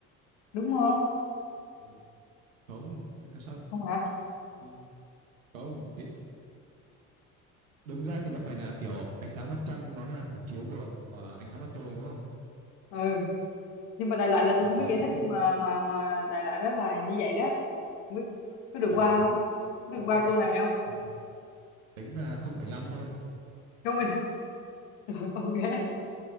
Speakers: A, on the left; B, on the right.
A: đúng không?
B: Ừ. không làm sao
A: Không hả?
B: Ừ, không đúng ra thì nó phải là kiểu ánh sáng mặt trăng nó là phản chiếu của ờ, ánh sáng mặt trời đúng không
A: Ừ. nhưng mà đại loại là tôi
B: ờ
A: không biết
B: đấy
A: giải
B: thế
A: thích
B: thì
A: nhưng mà mà mà đại loại đó là như vậy đó không biết có được
B: ờ,
A: qua không có
B: thế-
A: được qua câu này không
B: ừ, tính là 0,5 thôi
A: không mình không Rồi, <laughs> ok